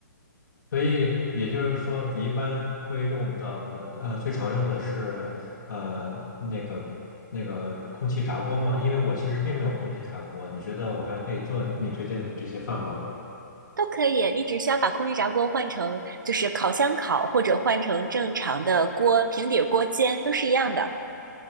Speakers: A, on the left; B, on the right.
A: 所以也就是说，你一般会用到的呃最常用的是呃那个那个空气炸锅吗？因为我其实并没有空气炸锅，你觉得我还可以做你推荐的这些饭吗？
B: 都可以，你只需要把空气炸锅换成就是烤箱烤，或者换成正常的锅平底锅煎，都是一样的。